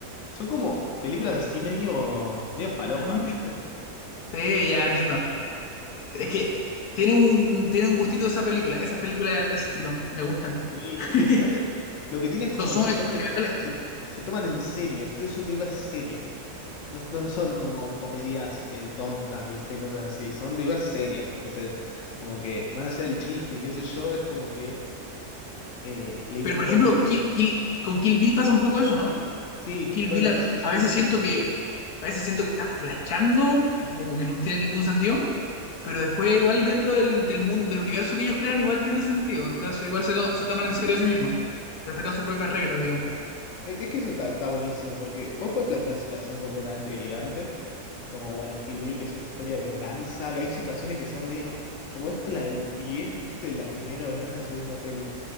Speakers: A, on the left; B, on the left.
A: Son como películas así medio, medio falopa,
B: Ah,
A: ¿viste?
B: sí, ya entiendo. Es que tiene un, tiene un gustito esa película, esas películas de ese estilo, me gustan.
A: Sí,
B: <laughs>
A: Es que también lo que tiene es como
B: Son, son
A: que se
B: experimentales.
A: toman, se, se toman en serio, entonces son películas serias. No, no son como comedias eh, tontas, ¿viste? Cosas así. Son películas serias, tipo, se- como que más allá del chiste y qué sé yo, es como que Eh, le im-
B: Pero por ejemplo,
A: ponerle-
B: Kill, Kill- con Kill Bill pasa un poco eso, ¿no?
A: Sí,
B: Kill
A: bueno,
B: Bill a,
A: ese, ese
B: a
A: es
B: veces
A: mi estilo.
B: siento que a veces siento que está flachando, como que no tiene ningún sentido, pero después igual dentro del, del mundo, del universo que ellos crean igual tiene sentido, entonces igual se, to- se toman en serio a sí mismos, respetan sus propias reglas, digamos. <laughs>
A: Es, que es que eso está, está buenísimo, porque vos podés plantear una situación completamente delirante, como, bueno, Kill Bill, que es una historia de venganza, y hay situaciones que son medio, como esto, la del pie, ¿viste? La primera o no es la segunda peli.